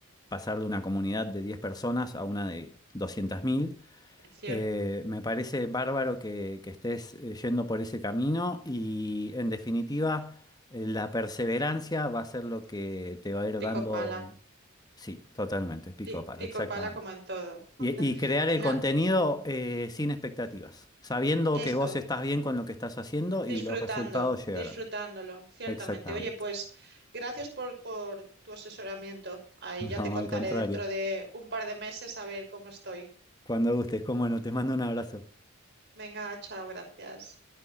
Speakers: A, on the left; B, on the right.
A: pasar de una comunidad de 10 personas a una de 200.000.
B: Es cierto.
A: Eh, me parece bárbaro que, que estés eh, yendo por ese camino y, en definitiva, eh, la perseverancia va a ser lo que te va a ir
B: Pico
A: dando.
B: pala.
A: Sí, totalmente, pico
B: Pi-
A: a palo,
B: pico
A: exactamente.
B: pala como en todo. <laughs>
A: Y, y crear el
B: Na-
A: contenido eh, sin expectativas, sabiendo
B: esto.
A: que vos estás bien con lo que estás haciendo
B: Disfrutando,
A: y los resultados llegarán.
B: disfrutándolo, ciertamente.
A: Exactamente.
B: Oye, pues
A: <laughs>
B: gracias por, por tu asesoramiento. Ahí
A: No,
B: ya te contaré
A: al contrario.
B: dentro de un par de meses a ver cómo estoy.
A: Cuando gustes, cómo no, te mando un abrazo.
B: Venga, chao, gracias.